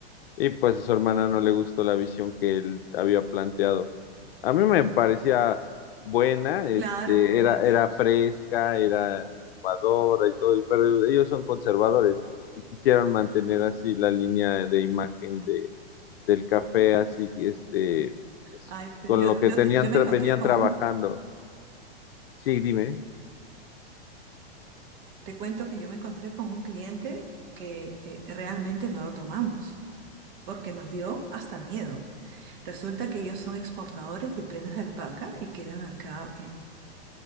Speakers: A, on the left; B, on the right.
A: Y pues a su hermana no le gustó la visión que él había planteado. A mí me parecía buena, este,
B: Claro, pues.
A: era, era fresca, era innovadora y todo, pero ellos son conservadores y quisieron mantener así la línea de imagen de, del café, así que este, pues,
B: Ay, pero
A: con
B: yo,
A: lo que
B: yo,
A: tenían,
B: te- yo me
A: tra-
B: encontré
A: venían
B: con
A: trabajando.
B: un,
A: Sí, dime.
B: te cuento que yo me encontré con un cliente que eh, realmente no lo tomamos, porque nos dio hasta miedo. Resulta que ellos son exportadores de prendas de alpaca y quedan acá eh,